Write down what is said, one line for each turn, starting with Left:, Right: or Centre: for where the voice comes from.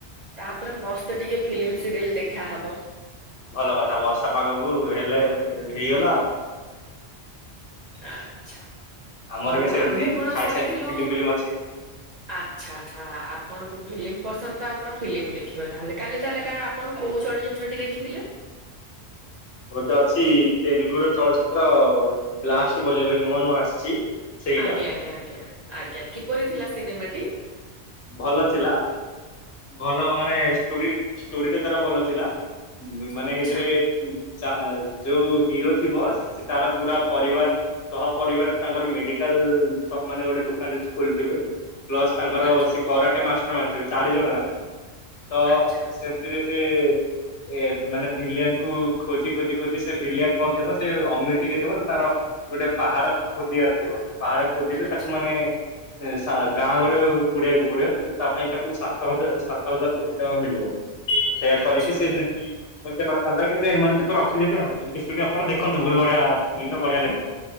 Right: ତାପରେ ମସ୍ତେ ଟିକେ ଫିଲ୍ମ ସିରିଏଲ ଦେଖାହବ।
Left: ଭଲ କଥା ବର୍ଷା ପାଗକୁ ହେଲେ ହେଇଗଲା ଆଉ।
Right: ଆଛା
Left: ଆମର
Right: ଆଉ
Left: ବି ସେମିତି
Right: ଆମେ କଣ
Left: ଖାଇସାରିକି
Right: ଶୁଣିଥିଲୁ
Left: ଫିଲ୍ମ ଫିଲ୍ମ ଅଛି।
Right: ଆଚ୍ଛା ଆଚ୍ଛା ଆପଣଙ୍କୁ ଫିଲ୍ମ ପସନ୍ଦ ତ ଆପଣ ଫିଲ୍ମ ଦେଖିବେ ତାହେଲେ କାଲି ତାହେଲେ କାରଣ ଆପଣ କୋଉ ଚଳଚ ଚିତ୍ରଟି ଦେଖିଥିଲେ।
Left: ଖ ଅଛି ତେଲୁଗୁ ର ଚଳଚିତ୍ର ବ୍ଲାଷ୍ଟ ବୋଲି ଏବେ ନୂଆ ନୂଆ ଆସିଛି। ସେଇଟା।
Right: ଆଜ୍ଞା ଆଜ୍ଞା ଆଜ୍ଞା ଆଜ୍ଞା କିପରି ଥିଲା ସିନେମାଟି?
Left: ଭଲ ଥିଲା ଭଲ ମାନେ ଷ୍ଟୋରୀଟା ତାର ଭଲ ଥିଲା। ହ ମାନେ
Right: ଆଚ୍ଛା
Left: ହେଇଥିରେ ଚା ଜଉ ହିରୋ ଥିବ ସେ ତାର ପୁରା ପରିବାର ସହ ପରରିବାର ତାଙ୍କର ମେଡିକାଲ ସ ମାନେ ଗୋଟେ ଦୋକାନଟେ ସେ ଖୋଲିଥିବେ। ପ୍ଲସ୍ ତାଙ୍କର
Right: ଆଚ୍ଛା
Left: ସେ କରାଟେ ମାଷ୍ଟର ମାନେଥିବେ ଚାରି ଜଣ ଯାକ ତ
Right: ଆଚ୍ଛା
Left: ସେ ସେଥିରେ ଏ ଏ ମାନେ ଭିଲିଆନ କୁ ଖୋଜି ଖୋଜି ଖୋଜି ସେ ଭିଲିଆନ କଣ ଥିବ ସେ ଅମିର ଟିକେ ଥିବ ତ ତାର ଗୋଟେ ପାହାଡ ଖୋଜିବାର ଥିବ ସେ ପାହାଡ ଖୋଜିଲେ
Right: ଆଚ୍ଛା
Left: ତାକୁ ମାନେ ସା ଗାଁ ଗୋଡେ ଗୁଡିଆକୁ ପଡିବ ତା ପାଇଁ ତାକୁ ସାତ ହଜାର ସାତ ହଜାର କୋଟି ଟଙ୍କା ମିଳିବ ସେଇୟା
Right: ଆଚ୍ଛା
Left: କରିକି ସେ କରିତେ ପାରିଥାନ୍ତା କିନ୍ତୁ ଏମାନେ ତାକୁ ରଖିଦେଲେ ଆଉ। ଏମିତିଆ ଷ୍ଟୋରି ଆପଣ ଦେଖନ୍ତୁ ବହୁତ ବଢିଆ ଫିଲ୍ମଟା ବଢିଆ ଲାଗିବ।